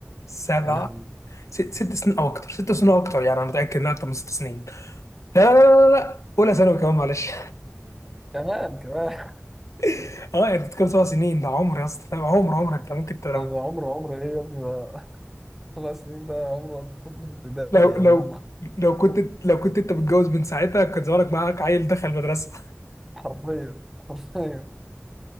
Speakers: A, on the left; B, in the centre.
A: سبع
B: يا لهوي
A: س- ست سنين او اكتر ست سنين او اكتر يعني انا متاكد انها اكتر من ست سنين لا لا لا لا لا اولى ثانوي كمان معلش
B: كمان كمان
A: <laughs> اه انت بتتكلم سبع سنين ده عمر يا اسطى فاهم عمر عمر انت ممكن ت- لو
B: ده عمر عمر إيه يا ابني ده خمس سنين ده عمر الطفل في ابتدائي
A: لو
B: يعني
A: لو
B: من مخ-
A: لو كنت لو كنت انت متجوز من ساعتها كان زمانك معاك عيل دخل المدرسه
B: حرفيا حرفيا